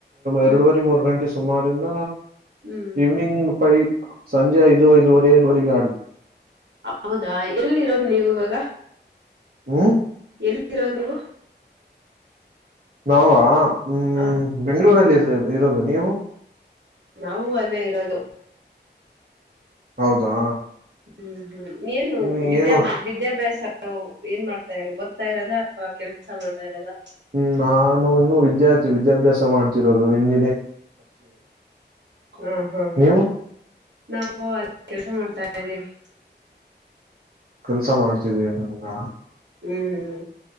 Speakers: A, on the right; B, on the right.
A: ಹ್ಮ್
B: ಎರಡುವರೆ ಮೂರ್ ಗಂಟೆ. ಸುಮಾರಿಂದ.
A: ಹ್ಮ್
B: ಈವ್ನಿಂಗ್ ಫೈವ್ ಸಂಜೆ ಐದು ಐದುವರೆ. ಬಗಾಡ್ <inaudible>
A: ಹೌದಾ ಎಲ್ಲಿರೋದು ನೀವು ಇವಾಗ.
B: ಹ್ಮ.
A: ಎಲ್ಲಿರೋದು ನೀವು.
B: ನಾವಾ. ಹ್ಮ್
A: ಹ
B: ಬೆಂಗಳೂರಲ್ಲಿ ಇದೀವಿ. ಇರೋದು ನೀವು.
A: ನಾವು ಅಲ್ಲೇ ಇರೋದು.
B: ಹೌದಾ.
A: ಹ್ಮ್ ಹ್ಮ್. ಏನು
B: ಇನ್ನು
A: ವಿದ್ಯಾ
B: ಏನು
A: ವಿದ್ಯಾಭ್ಯಾಸ. ನಾ ಏನ್ ಮಾಡ್ತಾ ಇರೋ ಗೊತ್ತಾ ಇರೋದಾ ಅಥವಾ ಕೆಲ್ಸ ಮಾಡ್ತಾ ಇರೋದಾ.
B: ಹ್ಮ್ ನಾನು ಇನ್ನು ವಿದ್ಯಾರ್ಥಿ ವಿದ್ಯಾಭ್ಯಾಸ ಮಾಡ್ತಿರೋದು ಇನ್ನು.
A: ಹ ಹಾ
B: ನೀವು
A: ನಾವ ಕೆಲ್ಸ ಮಾಡ್ತಾ ಇದ್ದೀವಿ.
B: ಕೆಲ್ಸ ಮಾಡ್ತಿದೀರ ಇವಾಗ.
A: ಹ್ಮ್.